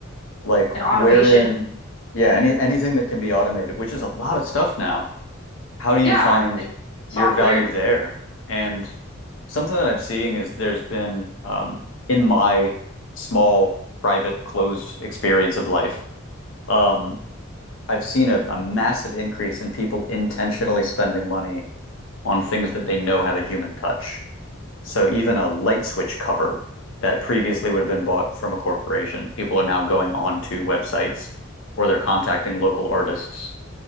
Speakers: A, on the left; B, on the left.
A: like
B: and automation?
A: wherein, yeah, any anything that can be automated, which is a lot of stuff now. how do
B: Yeah,
A: you find
B: like software.
A: your value there? And something that I'm seeing is there's been um, in my small, private, closed experience of life, um, I've seen a, a massive increase in people intentionally spending money on things that they know have a human touch. So even a light switch cover that previously would have been bought from a corporation, people are now going onto websites or they're contacting local artists